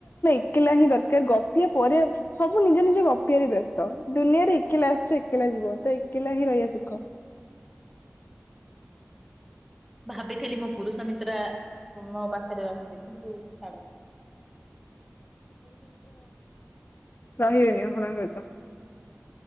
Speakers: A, on the left; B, in the centre.
A: ଏକଲା ହିଁ ଦରକାର ଗପିବା ପରେ ସବୁ ନିଜ ନିଜ ଗପିବାରେ ବ୍ୟସ୍ତ। ଦୁନିଆରେ ଏକଲା ଆସିଛ ଏକଲା ଯିବ ତ ଏକଲା ହିଁ ରହିବା ଶିଖ।
B: ଭାବିଥିଲି ମୋ ପୁରୁଷ ମିତ୍ରା ତ ମୋ ପାଖରେ ରହିବେ କିନ୍ତୁ ଛାଡ।
A: ରହିିବେନି <unintelligible>